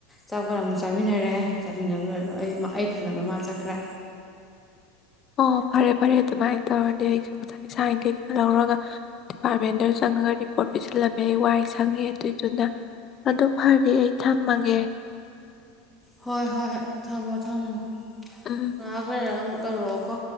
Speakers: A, in the centre; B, on the left (about 35°).
A: ꯆꯥꯄꯣꯠ ꯑꯃꯨꯛ ꯆꯥꯃꯤꯟꯅꯔꯦ ꯆꯠꯃꯤꯟꯅꯔꯨꯔꯦ ꯂꯣꯏꯔ ꯑꯩ ꯑꯩ ꯊꯤꯜꯂꯝꯃꯥ ꯃꯥ ꯆꯠꯈ꯭ꯔꯦ
B: ꯑꯣ ꯐꯔꯦ ꯐꯔꯦ ꯑꯗꯨꯃꯥꯏꯅ ꯇꯧꯔꯗꯤ ꯑꯩꯁꯨ ꯉꯁꯥꯏ ꯁꯥꯏꯟ ꯀꯩꯀꯥ ꯂꯧꯔꯒ ꯗꯤꯄꯥꯔꯠꯃꯦꯟꯗ ꯆꯪꯉꯒ ꯔꯤꯄꯣꯔꯠ ꯄꯤꯁꯜꯂꯝꯃꯦ ꯑꯩ ꯋꯥꯏ ꯁꯪꯉꯦ ꯑꯗꯨꯏꯗꯨꯅ ꯑꯗꯨ ꯐꯔ ꯑꯩ ꯊꯝꯃꯒꯦ
A: ꯍꯣꯏ ꯍꯣꯏ ꯊꯝꯃꯣ ꯊꯝꯃꯣ
B: ꯎꯝ
A: ꯉꯍꯛ ꯂꯩꯔꯒꯥ ꯑꯃꯨꯛ ꯇꯧꯔꯛꯑꯣꯀꯣ